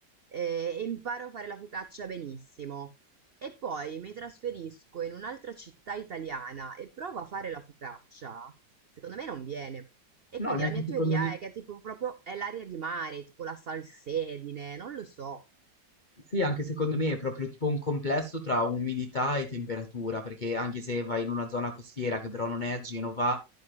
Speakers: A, on the right (about 65°); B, on the left (about 35°).
A: eh, e imparo a fare la focaccia benissimo. E poi mi trasferisco in un'altra città italiana e provo a fare la focaccia. Secondo me non viene. E
B: No,
A: quindi
B: neanche
A: la mia teoria
B: secondo me.
A: è che tipo proprio è l'aria di mare, tipo la salsedine, non lo so.
B: Sì, anche secondo me è proprio tipo un complesso tra umidità e temperatura, perché anche se vai in una zona costiera che però non è a Genova,